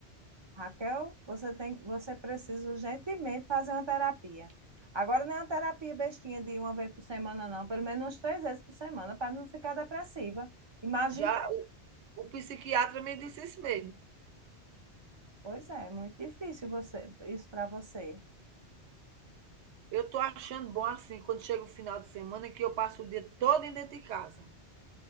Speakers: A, on the right; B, on the right.
A: Raquel, você tem, você precisa urgentemente fazer uma terapia. Agora não é uma terapia bestinha de uma vez por semana, não, pelo menos umas três vezes por semana, para não ficar depressiva. Imagina,
B: Já o, o psiquiatra me disse isso mesmo.
A: pois é, é muito difícil você, isso para você.
B: Eu estou achando bom assim, quando chega o final de semana, que eu passo o dia todo dentro de casa.